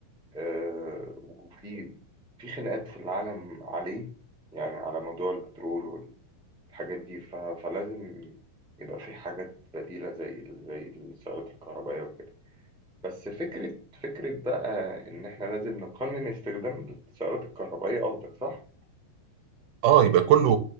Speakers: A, in the centre; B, on the right (about 75°).
A: آه، وفي في خناقات في العالم عليه يعني على موضوع البترول الحاجات دي ف... فلازم يبقى في حاجات بديلة زي ال- زي السيارات الكهربائية وكده بس فكرة فكرة بقى إن إحنا لازم نقنن استخدام السيارات الكهربائية قصدك صح؟
B: اه يبقى كله